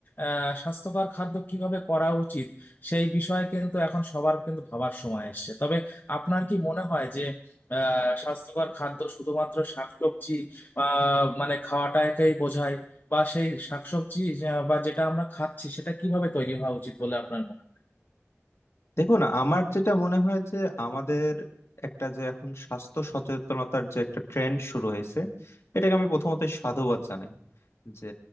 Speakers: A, on the left; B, on the left.
A: আহ, স্বাস্থ্যকর খাদ্য কিভাবে করা উচিত সেই বিষয়ে কিন্তু এখন সবার কিন্তু ভাবার সময় এসেছে তবে আপনার কি মনে হয় যে আহ স্বাস্থ্যকর খাদ্য শুধুমাত্র শাকসবজি আহ মানে খাওয়াটাকেই বোঝায় বা সেই শাকসবজি যা- বা যেটা আমরা খাচ্ছি সেটা কিভাবে তৈরি হওয়া উচিত বলে আপনার মনে হয়
B: দেখুন আমার যেটা মনে হয় যে আমাদের একটা যে এখন স্বাস্থ্য সচেতনতার যে একটা ট্রেন্ড শুরু হয়েছে এটাকে আমি প্রথমত সাধুবাদ জানাই যে